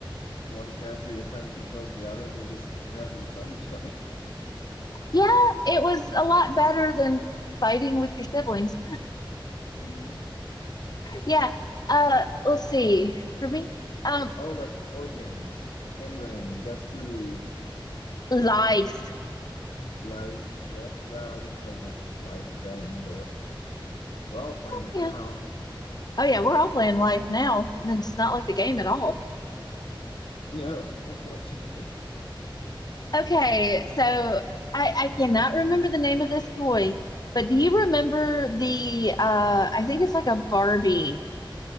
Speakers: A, on the left; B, on the left.
A: one character, your friend controls the other, and you just have them fight each other.
B: yeah. It was a lot better than fighting with your siblings.
A: <laughs> Mhm.
B: Yeah. Uh, let's see.
A: Uh,
B: For me, um,
A: oh, like board games, Candyland, Guess Who,
B: life.
A: Life. Yep. Well, I didn't play much Life then, but we're all playing it
B: Yeah.
A: now.
B: Oh yeah, we're all playing life now. It's not like the game at all.
A: No, <laughs> unfortunately.
B: Okay, so I I cannot remember the name of this toy, but do you remember the uh I think it's like a Barbie